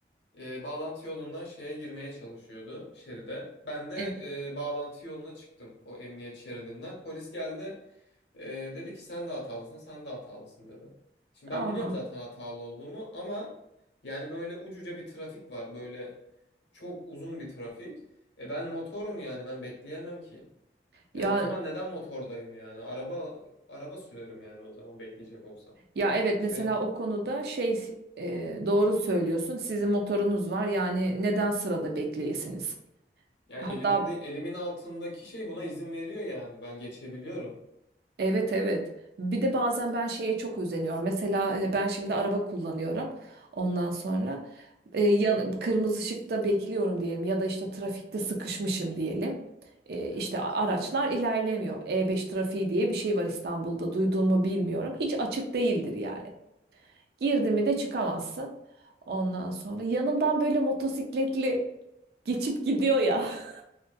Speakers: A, on the left; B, on the right.
A: e, bağlantı yolundan şeye girmeye çalışıyordu şeride. Ben de
B: Evet.
A: e, bağlantı yoluna çıktım o emniyet şeridinden. Polis geldi e, dedi ki sen de hatalısın sen de hatalısın dedi. Şimdi ben
B: Aa,
A: biliyorum zaten hatalı olduğumu ama yani böyle ucuca bir trafik var böyle çok uzun bir trafik. E ben motorum yani ben bekleyemem ki.
B: ya
A: Yani o zaman neden motordayım yani? Araba araba sürerim yani o zaman bekleyecek olsam.
B: ya evet
A: Şimdi
B: mesela o konuda şey e, doğru söylüyorsun. Sizin motorunuz var yani neden sırada bekleyesiniz?
A: Ya
B: Hatta
A: elimde elimin altındaki şey buna izin veriyor yani. Ben geçebiliyorum.
B: Evet evet. Bir de bazen ben şeye çok özeniyorum. Mesela e, ben şimdi araba kullanıyorum. Ondan sonra e, ya- kırmızı ışıkta bekliyorum diyelim ya da işte trafikte sıkışmışım diyelim. E,
A: Evet.
B: işte a- araçlar ilerlemiyor. E5 trafiği diye bir şey var İstanbul'da. Duydun mu bilmiyorum. Hiç açık değildir yani. Girdi mi de çıkamazsın. Ondan sonra yanımdan böyle motosikletli geçip gidiyor ya. <laughs>